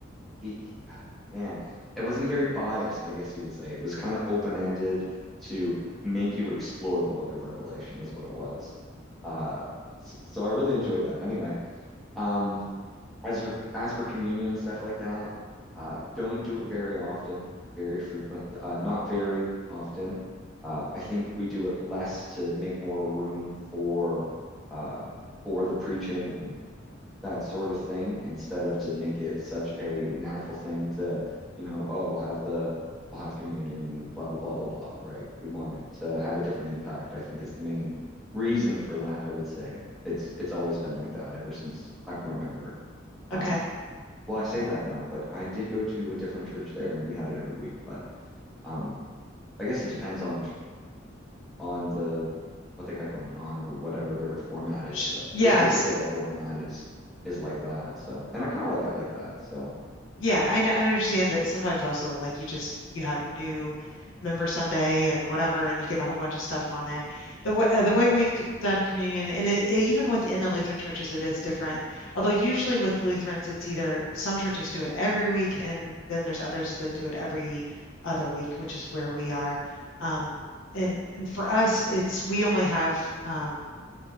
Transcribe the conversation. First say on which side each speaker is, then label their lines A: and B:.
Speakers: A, in the centre; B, on the left.
A: he, he man it wasn't very biased I guess you would say it was kind of open-ended to make you explore the book of Revelation is what it was uh so, so I really enjoyed that. Anyway, um, as with, as for communion and stuff like that, uh, don't do it very often, very frequent, uh, not very often. Uh, I think we do it less to make more room for uh, for the preaching and that sort of thing instead of to make it such a natural thing to, you know, oh, we'll have the we'll have communion and blah blah blah blah blah, right? We want it to have a different impact, I think is the main reason for that, I would say. It's it's always been like that ever since I can remember.
B: Okay.
A: Um, well, I say that no, but I did go to a different church there and we had it every week, but um I guess it depends on the on the what they got going on or whatever their format is.
B: Sh
A: But
B: yes.
A: this particular format is is like that. So, and I kind of like it like that. So,
B: Yeah,
A: but
B: I, n- I understand that sometimes also like you just you have new member Sunday and whatever, and you get a whole bunch of stuff on there. The w uh, the way we've done communion, and it, it- even within the Lutheran churches, it is different. Although usually with Lutherans, it's either some churches do it every week, and then there's others that do it every other week, which is where we are. Um, and and for us, it's we only have um,